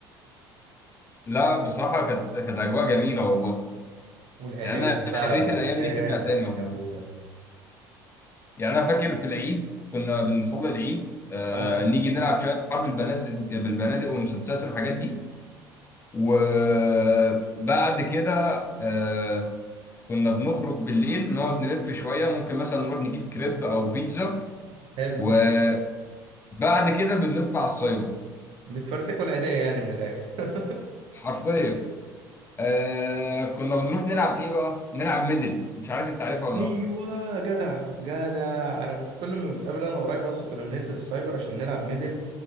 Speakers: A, on the left (about 20°); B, on the right (about 50°).
A: لا بصراحة كانت كانت أجواء جميلة والله
B: والعيدية
A: يعني أنا
B: بقى
A: يا ريت
B: وبتاع
A: الأيام دي ترجع تاني والله
B: يا ابويا
A: يعني أنا فاكر في العيد كنا بنصلي العيد آه
B: اه
A: نيجي نلعب شوية حرب البنادق بالبنادق والمسدسات والحاجات دي وبعد كده آه كنا بنخرج بالليل نقعد نلف شوية ممكن مثلا نروح نجيب كريب أو بيتزا
B: حلو
A: وبعد كده بنطلع السايبر
B: بتفرتكوا العيدية يعني من الاخر <laughs>
A: حرفيا آه كنا بنروح نلعب ايه بقى؟ نلعب ميدل مش عارف انت عارفها ولا
B: ايوه
A: لا
B: جدع جدع انا كنت كل ما بتقابل انا وقرايبي اصلا كنا بننزل السايبر عشان نلعب ميدل